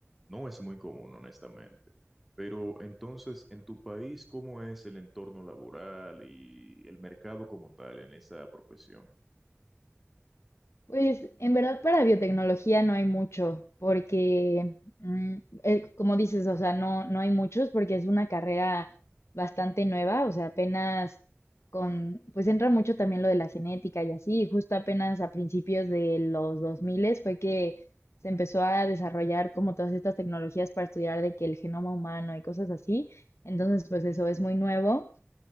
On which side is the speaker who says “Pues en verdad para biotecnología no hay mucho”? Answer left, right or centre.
Left